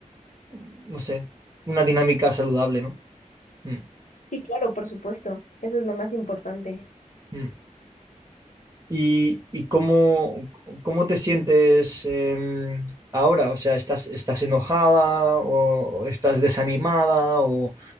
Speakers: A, on the right; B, on the left.
A: no sé, una dinámica saludable, ¿no? Mm,
B: Sí, claro, por supuesto. Eso es lo más importante.
A: mm. ¿Y, y cómo, cómo te sientes eh, ahora? O sea, ¿estás, estás enojada o estás desanimada o,